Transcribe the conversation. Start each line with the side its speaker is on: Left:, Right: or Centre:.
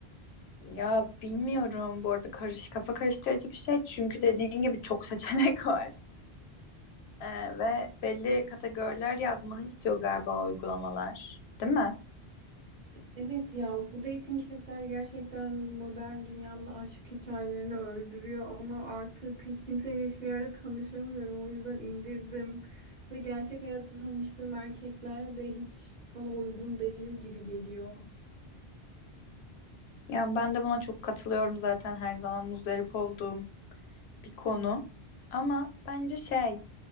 Left: Ya bilmiyorum bu arada karış, kafa karıştırıcı bir şey çünkü dediğin gibi çok <laughs> seçenek var Ee, ve belli kategoriler yazmanı istiyor galiba o uygulamalar, değil mi?
Right: Evet ya bu dating app'ler gerçekten modern dünyanın aşk hikayelerini öldürüyor ama artık hiç kimseyle hiçbir yerde tanışamıyorum. O yüzden indirdim ve gerçek hayatta tanıştığım erkekler de hiç bana uygun değil gibi geliyor.
Left: Ya ben de buna çok katılıyorum zaten her zaman muzdarip olduğum bir konu ama bence şey